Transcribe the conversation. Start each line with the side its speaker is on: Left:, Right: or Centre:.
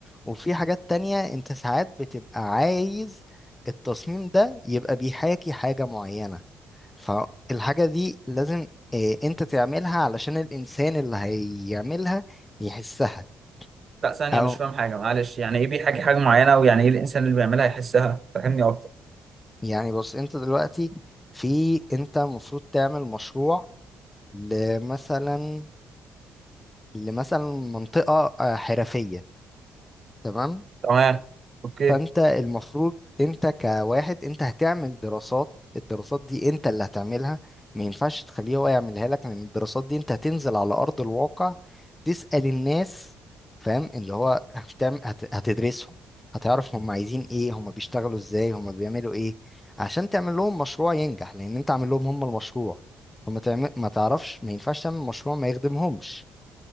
Left: وفي حاجات تانية انت ساعات بتبقى عايز التصميم ده يبقى بيحاكي حاجة معينة فالحاجة دي لازم آه، انت تعملها علشان الانسان اللي هيعملها يحسها
Right: لا ثانية
Left: او
Right: مش فاهم حاجة معلش يعني ايه بيحكي حاجة معينة ويعني ايه الانسان اللي بيعملها يحسها فهمني اكتر
Left: يعني بص انت دلوقتي في انت المفروض تعمل مشروع لمثلا لمثلا منطقة آه، حرفية تمام
Right: تمام اوكي
Left: فانت المفروض انت كواحد انت هتعمل دراسات الدراسات دي انت اللي هتعملها ما ينفعش تخليه هو يعملها لك لان الدراسات دي انت هتنزل على ارض الواقع تسأل الناس فاهم اللي هو هتعمل هت... هتدرسهم هتعرف هم عايزين ايه هم بيشتغلوا ازاي هم بيعملوا ايه عشان تعمل لهم مشروع ينجح لان انت عامل لهم هم المشروع فما تعمل ما تعرفش ما ينفعش تعمل مشروع ما يخدمهمش